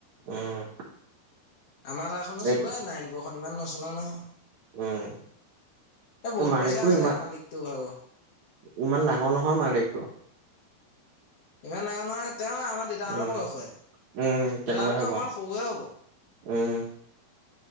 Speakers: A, on the right; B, on the left.
A: উম।
B: আমাৰ তাখনো
A: এই
B: চলে নাৰায়ণপূৰৰ খন ইমান নচলা নহয়।
A: উম।
B: এ বহুত
A: মালিকটো
B: পইচা আছে
A: ইমান
B: মালিকটো ভাগৰ।
A: ইমান ডাঙৰ নহয় মালিকটো।
B: ইমান ডাঙৰ নহয়। তেওঁ আমাৰ দেতাহঁতৰ
A: উম,
B: বয়সৰে দেতাহতকে
A: উম, তেনেকুৱাই হ'ব।
B: অকণমান সৰুয়ে হ'ব।
A: উম।